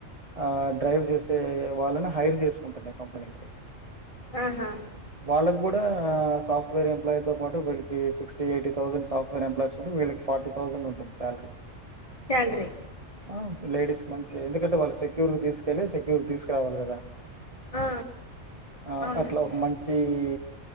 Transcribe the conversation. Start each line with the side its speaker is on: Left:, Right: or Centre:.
Right: ఆ డ్రైవ్ చేసే వాళ్ళని హైర్ చేసుకుంటున్నాయి కంపెనీస్
Left: ఆహా
Right: వాళ్ళకి గూడా సాఫ్ట్వేర్ ఎంప్లాయ్ తో పాటు వీళ్ళకి sixty eighty thousand software employees ఉండే వీళ్ళకి ఫార్టీ థౌసండ్ ఉంటుంది సాల్రీ
Left: శాలరీ
Right: ఆ లేడీస్ మంచి ఎందుకంటే వాళ్ళు సెక్యూర్ తీసుకెళ్ళి సెక్యూర్ తీస్ రావాలి కదా
Left: ఆ
Right: ఆ
Left: అవునండి
Right: అట్ల ఒక మం ఈ